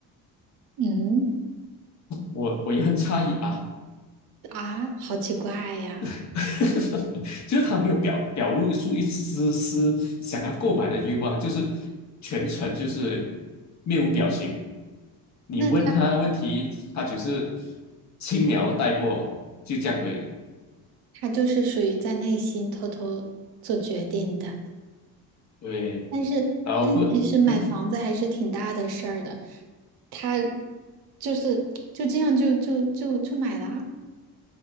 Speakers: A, on the right (about 85°); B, on the left (about 45°).
A: 嗯
B: 我我也很诧异啊，
A: 啊，好奇怪呀。
B: <laughs> 就是他没有表表露出一丝丝想要购买的欲望，就是全程就是面无表情。你问他问题，
A: 那他
B: 他只是轻描带过，就这样而已。
A: 他就是属于在内心偷偷做决定的。
B: 对，
A: 但是，
B: 然后会嗯
A: 但其实买房子还是挺大的事儿的，他就是就这样就就就就买了啊